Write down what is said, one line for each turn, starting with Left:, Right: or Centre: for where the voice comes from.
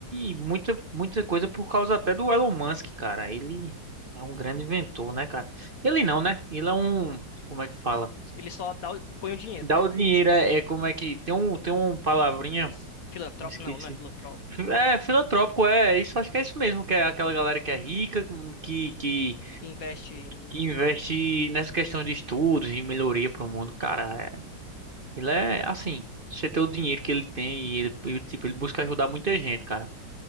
Right: e muita muita coisa por causa até do Elon Musk, cara. Ele é um grande inventor, né, cara? Ele não, né? Ele é um, como é que fala?
Left: Ele só dá, o- põe o dinheiro.
Right: Dá o dinheiro é, é como é que tem um tem uma palavrinha,
Left: Filantropo,
Right: me esqueci.
Left: não, não é filantropo. É,
Right: É, filantrópico, é, isso acho que é isso mesmo, que é aquela galera que é rica, que que,
Left: investe em,
Right: que investe nessa questão de estudos e melhoria para o mundo, cara. Ele é assim, você ter o dinheiro que ele tem e ele, e, tipo, ele busca ajudar muita gente, cara.